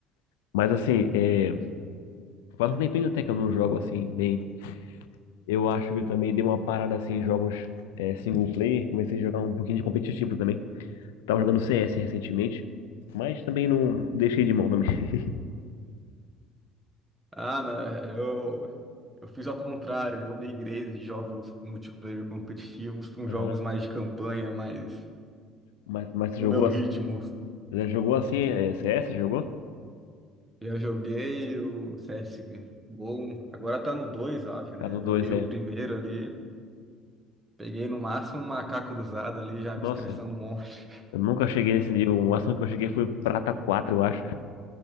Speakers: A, on the left; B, on the right.
A: Mas assim, é... faz um tempinho até que eu não jogo assim bem. Eu acho que eu também dei uma parada assim em jogos é, single player. Comecei a jogar um pouquinho de competitivo também. Tava jogando CS recentemente, mas também não deixei de mão também. <laughs>
B: Ah, né, eu, eu fiz ao contrário, eu migrei de jogos multiplayer competitivos para
A: Aham.
B: jogos mais de campanha, mais
A: Mas, mas
B: no
A: você jogou?
B: meu ritmo.
A: Já jogou assim, é, C S jogou?
B: Eu joguei o CSGO, agora tá no 2, acho, né?
A: Prata
B: Eu
A: dois
B: joguei
A: é.
B: o primeiro ali, peguei no máximo um macaco cruzado ali, já
A: Nossa,
B: me estressando um monte.
A: eu nunca cheguei nesse nível. O máximo que eu cheguei foi Prata 4 eu acho.